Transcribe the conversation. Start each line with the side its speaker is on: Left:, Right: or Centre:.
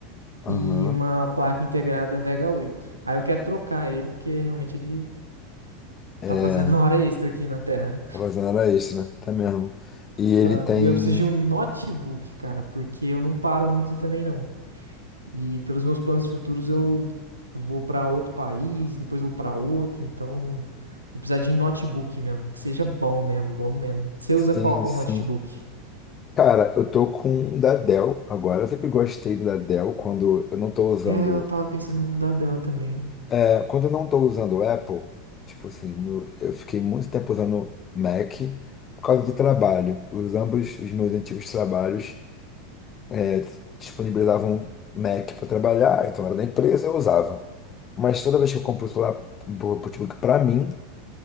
Left: Aham.
Right: e quinhentos U e uma placa integrada Vega 8. Aí eu quero trocar ele, porque realmente ele
Left: É,
Right: tá fazendo <laughs> hora extra aqui na Terra.
Left: a fazenda era extra, né? Tá mesmo. E ele
Right: Tá.
Left: tem,
Right: E eu preciso de um notebook, cara, porque eu não paro muito também, não. E pelos meus planos futuros eu vou para outro país, depois vou para outro, então vou precisar de notebook mesmo, que seja bom mesmo, bom mesmo. Você
Left: sim,
Right: usa qual
Left: sim.
Right: notebook?
Left: Cara, eu tô com um da Dell agora. Eu sempre gostei da Dell quando eu não tô usando.
Right: É, eu tava pensando num da Dell também.
Left: é, quando eu não tô usando o Apple, tipo assim, no- eu fiquei muito tempo usando Mac por causa do trabalho. Os ambos os meus antigos trabalhos é, disponibilizavam Mac para trabalhar, então era da empresa, eu usava. Mas toda vez que eu compro o celular, um notebook pra mim,